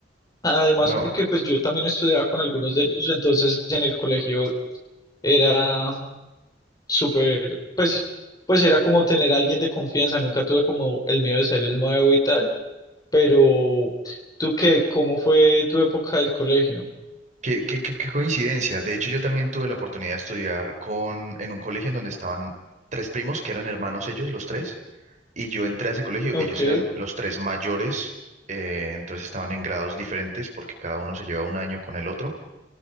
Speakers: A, on the left (about 20°); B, on the right (about 45°).
A: Además,
B: no.
A: porque pues yo también estudiaba con algunos de ellos, entonces en el colegio era súper, pues, pues era como tener a alguien de confianza, nunca tuve como el miedo de ser el nuevo y tal, pero ¿tú qué? ¿Cómo fue tu época del colegio?
B: Qué, qué- qué- qué coincidencia. De hecho, yo también tuve la oportunidad de estudiar con, en un colegio en donde estaban tres primos, que eran hermanos ellos, los tres, y yo entré a ese colegio,
A: Ok,
B: ellos eran los tres mayores, eh, entonces estaban en grados diferentes porque cada uno se lleva un año con el otro,